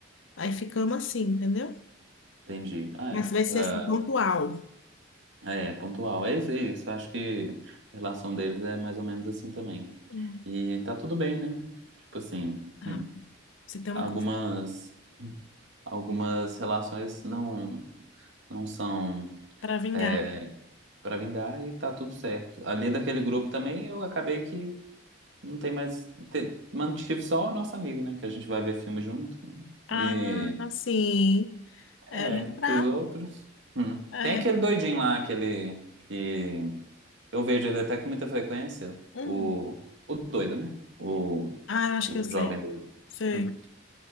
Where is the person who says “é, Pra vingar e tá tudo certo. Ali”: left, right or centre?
Right